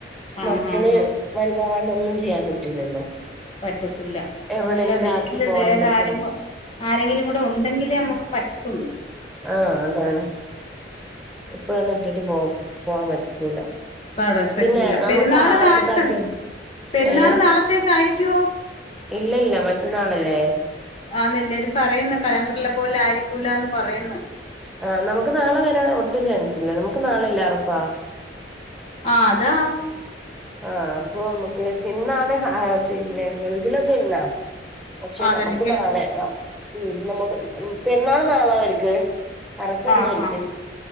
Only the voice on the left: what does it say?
ആഹ്
ആഹ് ആഹ്
പറ്റത്തില്ല
അതോല്ല വീട്ടില്
വേറെ
ആരും കോ ആരെങ്കിലും കൂടെ ഒണ്ടങ്കിലെ അമ്മക്ക് പറ്റ് ത്തോള്ളൂ
പാടാൻ പറ്റൂല
പെരുന്നാള്
നേരത്തെ പെരുന്നാള്
നാളത്തേക്ക് ആയിരിക്കുവോ
ആന്ന് എല്ലരും പറയുന്നു കലണ്ടർലെ പോലെ ആയിരിക്കൂലാന്ന് പറയുന്നു
ആഹ് അതാ
ആണല്ലെങ്കിൽ
ആഹ്
ആഹ്